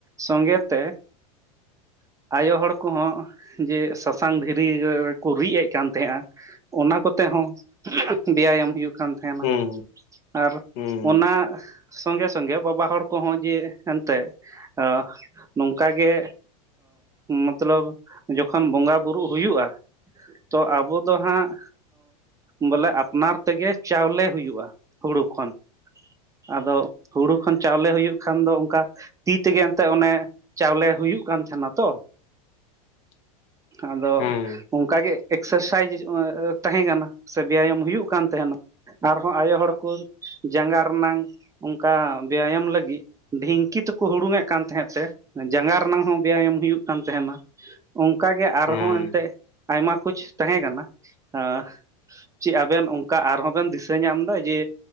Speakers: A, on the right; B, on the left.
A: ᱥᱚᱸᱜᱮ ᱛᱮ ᱟᱭᱳ ᱦᱚᱲ ᱠᱚ ᱦᱚᱸ ᱡᱮ ᱥᱟᱥᱟᱝ ᱫᱷᱤᱨᱤ ᱠᱚ ᱨᱤᱜ ᱮᱫ ᱠᱟᱱ ᱛᱟᱦᱮᱸᱜᱼᱟ ᱚᱱᱟ ᱠᱚ ᱛᱮ ᱦᱚᱸ, ᱵᱮᱭᱟᱢ ᱦᱩᱭᱩᱜ ᱠᱟᱱ ᱛᱟᱦᱮ ᱱᱟ
B: ᱦᱩᱸ
A: ᱟᱨ
B: ᱦᱩᱸ
A: ᱚᱱᱟ ᱥᱚᱸᱜᱮ ᱥᱚᱸᱜᱮ, ᱵᱟᱵᱟ ᱦᱚᱲ ᱠᱚ ᱦᱚᱸ ᱡᱮ ᱮᱱ ᱛᱮᱫ ᱟ ᱱᱚᱝᱠᱟ ᱜᱮ ᱢᱚᱛ ᱞᱚᱵ ᱡᱚᱠᱷᱚᱱ ᱵᱚᱸᱜᱟ ᱵᱩᱨᱩᱜ ᱦᱩᱭᱩᱜᱼᱟ ᱛᱚ ᱟᱵᱚ ᱫᱚ ᱦᱟᱸᱜ ᱵᱚᱞᱮ ᱟᱯᱱᱟᱨ ᱛᱮ ᱜᱮ, ᱪᱟᱣᱞᱮ ᱦᱩᱭᱩᱜᱼᱟ ᱦᱩᱲᱩ ᱠᱷᱚᱱ᱾ ᱟᱫᱚ ᱦᱩᱲᱩ ᱠᱷᱚᱱ ᱪᱟᱣᱞᱮ ᱦᱩᱭᱩᱜ ᱠᱷᱟᱱ ᱫᱚ ᱚᱱᱠᱟ ᱛᱤ ᱛᱮ ᱜᱮ ᱮᱱᱛᱮ ᱚᱱᱮ ᱪᱟᱣ ᱞᱮ ᱦᱩᱭᱩᱜ ᱠᱟᱱ ᱛᱟᱦᱮ ᱱᱟ ᱛᱚ
B: <inaudible>
A: ᱟᱫᱚ
B: ᱦᱮᱸ
A: ᱚᱱᱠᱟ ᱜᱮ ᱮᱠᱥᱟᱨ ᱥᱟᱭᱤᱡᱽ ᱛᱟᱦᱮᱸ ᱠᱟᱱᱟ, ᱥᱮ ᱵᱮᱭᱟᱢ ᱦᱩᱭᱩᱜ ᱠᱟᱱ ᱛᱟᱦᱮ ᱱᱟ ᱟᱨ ᱦᱚᱸ ᱟᱭᱳ ᱦᱚᱲ ᱠᱚ ᱡᱟᱸᱜᱟ ᱨᱮᱱᱟᱝ ᱚᱱᱠᱟ ᱵᱮᱭᱟᱢ ᱞᱟᱹᱜᱤᱫ ᱰᱷᱤᱝᱠᱤ ᱛᱮ ᱠᱚ ᱦᱩᱲᱩᱝ ᱮᱫ ᱠᱟᱱ ᱛᱟᱦᱮᱸᱫ ᱥᱮ, ᱡᱟᱸᱜᱟ ᱨᱮᱱᱟᱝ ᱦᱚᱸ ᱵᱮᱭᱟᱢ ᱦᱩᱭᱩᱜ ᱠᱟᱱ ᱛᱟᱦᱮ ᱱᱟ᱾ ᱚᱱᱠᱟ ᱜᱮ ᱟᱨ
B: ᱦᱮᱸ
A: ᱦᱚᱸ ᱮᱱᱛᱮᱜ ᱟᱭᱢᱟ ᱠᱩᱪ ᱛᱟᱦᱮᱸ ᱠᱟᱱᱟ ᱟ ᱪᱮᱫ ᱟᱵᱮᱱ ᱚᱱᱠᱟ ᱟᱨ ᱦᱚᱸ ᱵᱮᱱ ᱫᱤᱥᱟᱹ ᱧᱟᱢ ᱫᱟ ᱡᱮ